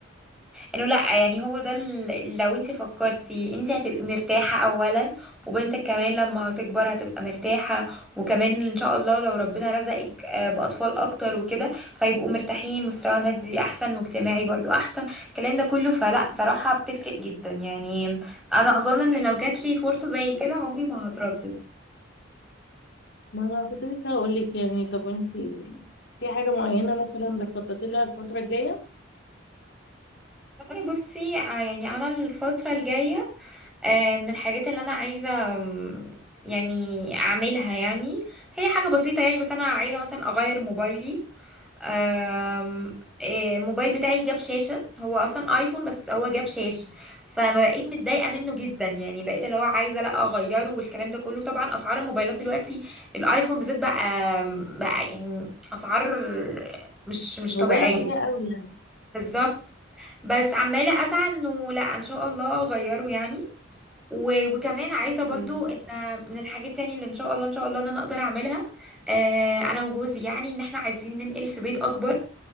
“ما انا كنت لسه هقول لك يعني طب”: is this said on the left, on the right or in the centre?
Left